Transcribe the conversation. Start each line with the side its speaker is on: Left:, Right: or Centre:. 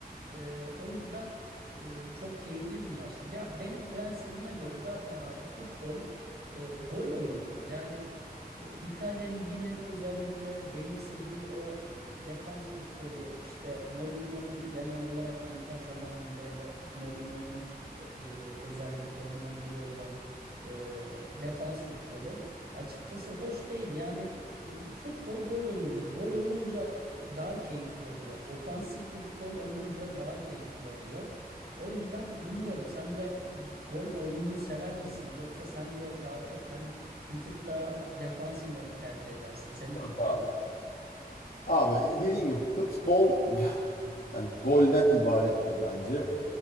Right: Ee, o yüzden e, çok keyifli bir maçtı. Ya benim prensibime göre zaten abi futbol e, gol oyunudur. Yani e, İtalya Ligi'nin özellikle benimsediği o defans futbolu işte Mourinho'nun genel olarak Inter zamanında ya da Mourinho'nun e, e, özelliklerinden biri olan e, defans futbolu açıkçası hoş değil. Yani e, Futbol gol oyunudur. Gol olunca daha keyifli oluyor. Ofansif futbol olunca daha keyifli oluyor. O yüzden bilmiyorum sen de gol oyununu sever misin? Yoksa sen de daha çok hani bir tık daha defans mı tercih edersin? Senin fikrin
Left: Yok abi.
Right: ne?
Left: Abi dediğim gibi futbol <laughs> yani golden ibarettir bence.